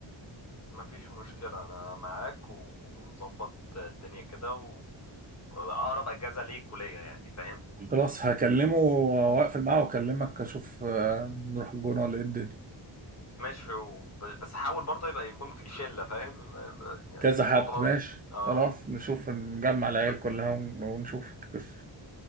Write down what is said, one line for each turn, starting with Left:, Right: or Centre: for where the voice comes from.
Left: ما فيش مشكله انا معاك ونظبط الدنيا كده و... اقرب اجازه ليك وليا يعني فاهم
Right: خلاص هكلمه واقفل معاه واكلمك اشوف آه، نروح الجونة ولا ايه الدنيا
Left: ماشي و... بس حاول برضه يبقى يكون في شله فاهم يبقى- يعني
Right: كذا
Left: الموضوع
Right: حد ماشي
Left: ب- اه
Right: خلاص نشوف نجمع العيال
Left: ف-
Right: كلها ون- ونشوف القصة.